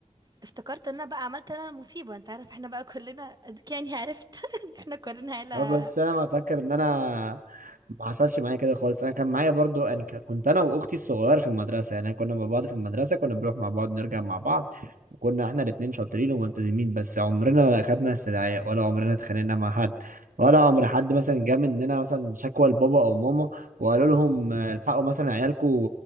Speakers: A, on the right; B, on the right.
A: افتكرت ان انا بقى عملت انا المصيبه انت عارف احنا بقى كلنا اديك يعني عرفت <laughs> إن احنا كلنا عيله
B: اه بس انا ما فاكر ان انا ما حصلش معايا كده خالص انا كان معايا برضو يعني ك- كنت انا واختي الصغيره في المدرسه يعني كنا مع بعض في المدرسه كنا بنروح مع بعض نرجع مع بعض كنا احنا الاتنين شاطرين وملتزمين بس عمرنا ما خدنا استدعاء ولا عمرنا اتخانقنا مع حد ولا عمر حد مثلا جه مننا مثلا شكوى لبابا او ماما وقالوا لهم آه، الحقوا مثلا عيالكم